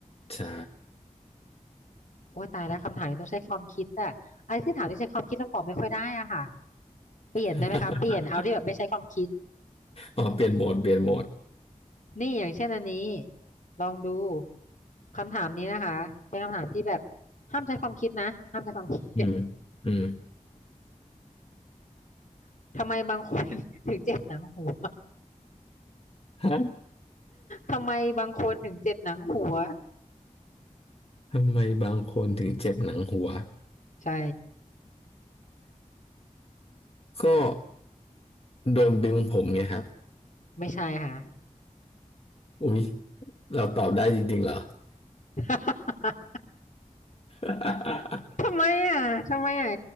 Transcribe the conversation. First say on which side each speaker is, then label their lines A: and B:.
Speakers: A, on the left; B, on the left.
A: ใช่
B: โอ้ยตายแล้วคำถามนี้ต้องใช้ความคิดอะอะไรที่ถามที่ใช้ความคิดเราตอบไม่ค่อยได้อะค่ะเปลี่ยนได้ไหมคะเปลี่ยนเอาที่แบบไม่ใช้ความคิด
A: <laughs> อ๋อเปลี่ยนโหมดเปลี่ยนโหมด
B: นี่อย่างเช่นอันนี้ลองดูคำถามนี้นะคะเป็นคำถามที่แบบห้ามใช้ความคิดนะห้ามใช้ความคิด
A: อืมอืม
B: <laughs> ทำไมบางคน <laughs> ถึงเจ็บหนังหัว
A: ฮะ
B: ทำไมบางคนถึงเจ็บหนังหัว
A: ทำไมบางคนถึงเจ็บหนังหัว
B: ใช่
A: ก็โดนดึงผมไงครับ
B: ไม่ใช่ค่ะ
A: อุ๊ยเราตอบได้จริงๆเหรอ
B: <laughs>
A: <laughs>
B: ทำไมอ่ะทำไมอ่ะ